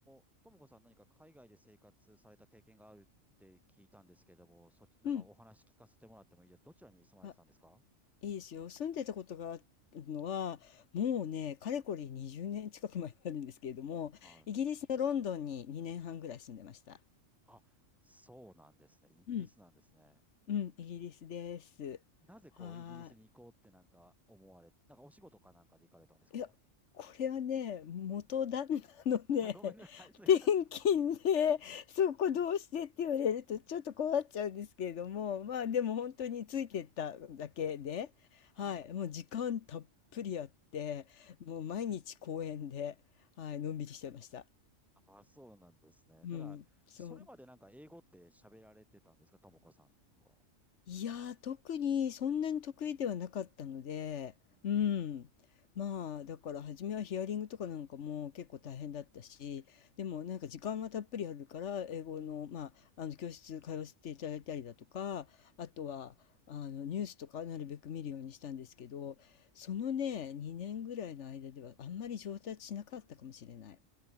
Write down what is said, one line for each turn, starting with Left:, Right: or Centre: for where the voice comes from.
Centre: ーともこさん何か海外で生活された経験があるって聞いたんですけども、そっち、なんかお話聞かせてもらってもいいです。
Left: うん。
Centre: どちらに住まれてたんですか
Left: あ、いいですよ。住んでたことがあるのは、もうね、かれこれ20年近く前になるんですけれども、
Centre: はい。
Left: イギリスのロンドンに2年半ぐらい住んでました。
Centre: あ、そうなんですね。イギリスなんですね。
Left: うん。うん、イギリスです。
Centre: なぜこう、
Left: はーい。
Centre: イギリスに行こうってなんか思われて、なんかお仕事かなんかで行かれたんですか
Left: いや、これはね、元旦那のね、
Centre: あ、ごめんなさい。
Left: <laughs>
Centre: すいません
Left: 転勤で、そこどうしてって言われるとちょっと困っちゃうんですけれども、まあでも本当についてっただけで、
Centre: はい。
Left: はい、もう時間たっぷりあって、もう毎日公園で、はい、のんびりしてました。
Centre: <laughs> あ、そうなんですね。
Left: うん、
Centre: だから、
Left: そう。
Centre: それまでなんか英語って喋られてたんですかともこさんとは。
Left: いやー、特にそんなに得意ではなかったので、
Centre: うん。
Left: うん。まあ、だから初めはヒアリングとかなんかも結構大変だったし、でもなんか時間はたっぷりあるから、
Centre: うん。
Left: 英語の、まあ、あの教室通わせていただいたりだとか、あとは、
Centre: うん
Left: あのニュースとかなるべく見るようにしたんですけど、そのね、2年ぐらいの間ではあんまり上達しなかったかもしれない。